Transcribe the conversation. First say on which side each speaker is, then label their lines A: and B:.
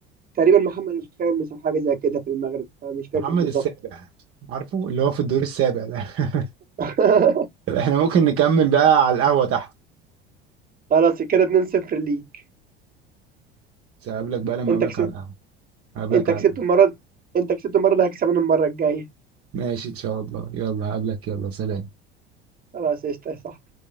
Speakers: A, on the right; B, on the right.
A: تقريبا محمد الخامس أو حاجة زي كده في المغرب فمش فاكر
B: محمد
A: بالظبط
B: السابع عارفه اللي هو في الدور السابع ده <laughs>
A: <laughs>
B: طب احنا ممكن نكمل بقى على القهوه تحت
A: خلاص كده 2-0 ليك
B: بس اقابلك بقى لما
A: انت
B: اقابلك
A: كسبت
B: على القهوه اقابلك
A: انت
B: على
A: كسبت
B: القهوة.
A: المرة دي- انت كسبت المرة دي هكسبنا المرة الجاية
B: ماشي إن شاء الله يلا هقابلك يلا سلام
A: خلاص قشطة صح